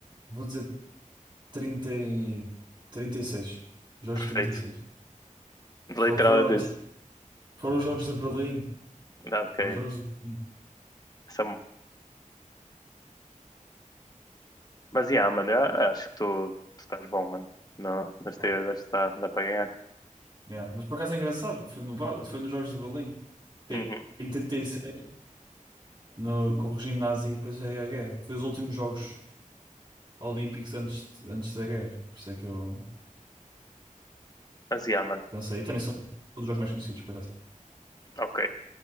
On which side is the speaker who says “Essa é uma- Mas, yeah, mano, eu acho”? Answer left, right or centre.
Left